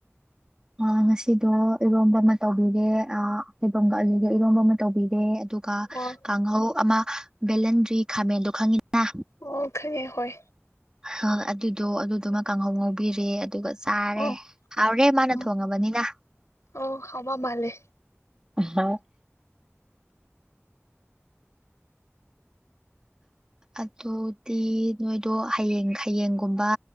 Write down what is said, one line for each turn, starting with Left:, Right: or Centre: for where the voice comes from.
Right: ꯑ ꯉꯁꯤꯗꯣ ꯏꯔꯣꯝꯕ ꯑꯃ ꯇꯧꯕꯤꯔꯦ ꯍꯩꯐꯝꯒ ꯏꯔꯣꯝꯕ ꯑꯃ ꯇꯧꯕꯤꯔꯦ ꯑꯗꯨꯒ ꯑꯗꯨꯒ
Left: ꯑꯣ
Right: ꯀꯥꯡꯍꯧ ꯑꯃ ꯕꯦꯜꯍꯟꯗ꯭ꯔꯤ ꯈꯥꯃꯦꯟꯗꯣ ꯈꯪꯉꯤꯅ
Left: ꯑꯣ ꯈꯪꯉꯦ ꯍꯣꯏ
Right: ꯍ ꯑꯗꯨꯗꯣ ꯑꯗꯨꯗꯨꯃ ꯀꯥꯡꯍꯧ ꯉꯧꯕꯤꯔꯦ ꯑꯗꯨꯒ ꯆꯥꯔꯦ
Left: ꯎꯝ
Right: ꯍꯥꯎꯔꯦ ꯃꯥꯅ
Left: ꯎꯝ
Right: ꯊꯣꯡꯉꯕꯅꯤꯅ
Left: ꯑꯣ ꯍꯥꯎꯕ ꯃꯥꯜꯂꯦ
Right: ꯍ ꯑꯗꯨꯗꯤ ꯅꯣꯏꯗꯣ ꯍꯌꯦꯡ ꯍꯌꯦꯡꯒꯨꯝꯕ